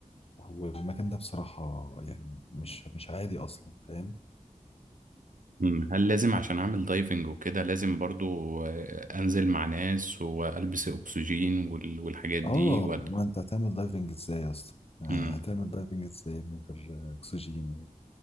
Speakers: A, on the left (about 45°); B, on the right (about 75°).
A: والمكان ده بصراحة يعني مش مش عادي اصلا فاهم
B: أمم. هل لازم عشان اعمل دايفنج وكده لازم برضو آه، انزل مع ناس والبس اكسجين وال- والحاجات دي
A: اه
B: ولا
A: ما انت هتعمل دايفنج ازاي اصلا يعني
B: امم
A: هتعمل دايفنج ازاي من غير اكسجين